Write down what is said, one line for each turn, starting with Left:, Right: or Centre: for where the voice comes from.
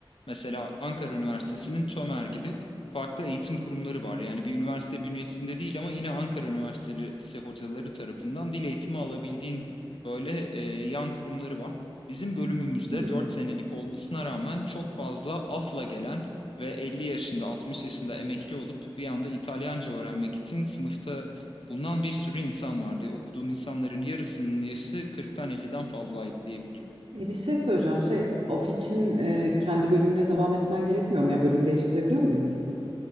Left: Mesela Ankara Üniversitesi'nin TÖMER gibi farklı eğitim kurumları var. Yani bir üniversite bünyesinde değil ama yine Ankara Üniversitesi hocaları tarafından dil eğitimi alabildiğin böyle e, yan kurumları var. Bizim bölümümüzde
Right: Hmm.
Left: 4 senelik olmasına rağmen çok fazla afla gelen ve 50 yaşında 60 yaşında emekli olup bir anda İtalyanca öğrenmek için sınıfta bulunan bir sürü insan vardı. Okuduğum insanların yarısının yaşı 40'tan elli'den fazlaydı diyebilirim.
Right: E bir şey söyleyeceğim. Şey, of için e, kendi bölümüne devam etmen gerekmiyor mu? Ya bölüm değiştirebiliyor muymuşsun?